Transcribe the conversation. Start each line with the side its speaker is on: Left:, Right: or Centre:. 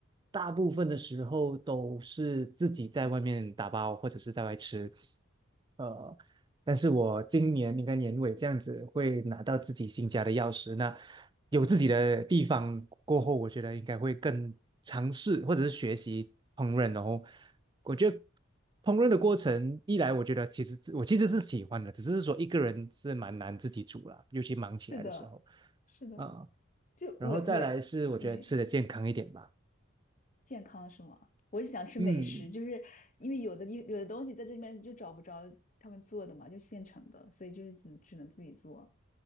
Right: 大部分的时候都是自己在外面打包或者是在外吃。呃，但是我今年应该年尾这样子会拿到自己新家的钥匙，那有自己的地方过后，我觉得应该会更尝试或者是学习烹饪哦，然后我觉得烹饪的过程，一来我觉得其实我其实是喜欢的，只是说一个人是蛮难自己煮啦，尤其忙起来的时候
Left: 是的，是的，
Right: 啊、
Left: 就我我
Right: 然后再来是我觉得吃的健康一点吧，
Left: 对。健康是吗？我是想吃美食，
Right: 嗯，
Left: 就是因为有的地有的东西在这里面就找不着他们做的嘛，就现成的，所以就是只只能自己做。